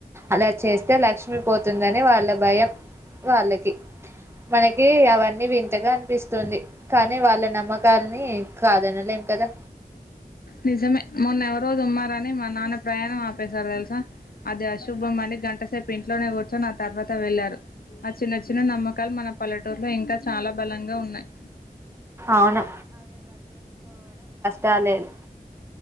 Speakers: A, on the right; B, on the left.
A: అలా చేస్తే లక్ష్మీ పోతుందని వాళ్ళ భయం వాళ్ళకి మనకి అవన్నీ వింతగా అనిపిస్తుంది కానీ వాళ్ళ నమ్మకాలని కాదనలేం కదా
B: నిజమే మన రోజు ఉమ్మారని మా నాన్న ప్రయాణం ఆపేశారు తెలుసా అది అశుభంమని గంటసేపు ఇంట్లోనే కూర్చొని ఆ తర్వాత వెళ్లారు ఆ చిన్న చిన్న నమ్మకాలు మన పల్లెటూరులో ఇంకా చాలా బలంగా ఉన్నాయ్
A: అవును తాలేదులే